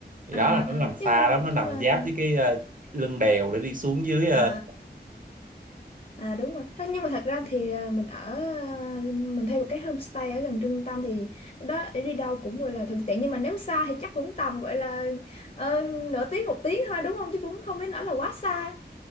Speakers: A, on the right; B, on the left.
A: thì
B: à,
A: đó là nó nằm
B: à,
A: xa
B: nhưng mà
A: lắm nó
B: nhưng
A: nằm
B: mà
A: giáp với cái ờ, lưng đèo để đi xuống dưới ờ,
B: à à đúng rồi Thế nhưng mà thật ra thì à, mình ở à, mình thuê một cái homestay ở gần trung tâm thì đó đi đâu cũng gọi là thuận tiện nhưng mà nếu xa thì chắc cũng tầm gọi là ờ, nửa tiếng một tiếng thôi đúng không chứ cũng không đến nỗi là quá xa